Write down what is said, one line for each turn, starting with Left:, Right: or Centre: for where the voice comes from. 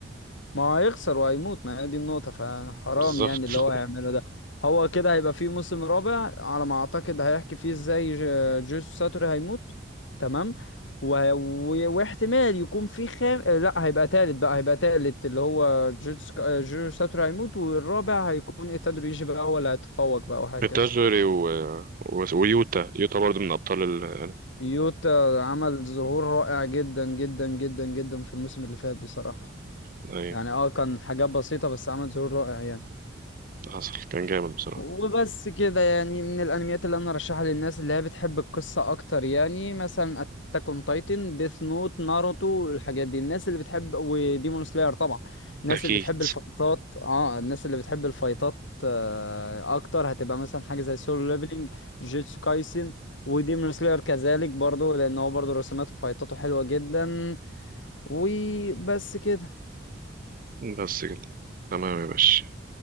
Left: ما هو هيخسر وهيموت ما هي دي النقطة فحرام
Right: بالظبط
Left: يعني اللي
Right: <laughs>
Left: هو هيعمله ده هو كده هيبقى فيه موسم رابع على ما أعتقد هيحكي فيه ازاي ج- جيسوس ساتوري هيموت تمام وه... و... واحتمال يكون في خام آه، لا هيبقى تالت بقى هيبقى تالت اللي هو جيسوس آه، جيسوس ساتوري هيموت والرابع هيكون إيتادوري يجي بقى هو اللي هيتفوق بقى وهكذا
Right: ميتاجوري و... و... ويوتا يوتا برضه من ابطال ال... آه،
Left: يوتا عمل ظهور رائع جدا جدا جدا جدا في الموسم اللي فات بصراحة
Right: ايه
Left: يعني اه كان حاجات بسيطة بس عمل ظهور رائع يعني
Right: حصل كان جامد بصراحه
Left: وبس كده يعني من الانميات اللي انا ارشحها للناس اللي هي بتحب القصة اكتر يعني مثلا اتاك اون تايتن ديث نوت ناروتو الحاجات دي الناس اللي بتحب وديمون سلاير طبعا الناس
Right: اكيد
Left: اللي بتحب الفايتات اه الناس اللي بتحب الفايتات آه اكتر هتبقى مثلا حاجة زي سولو ليفلينج جيتسو كايسن وديمون سلاير كذلك برضو لان هو برضو رسوماته وفايتاته حلوة جدا وبس كده
Right: بس كده تمام يا باشا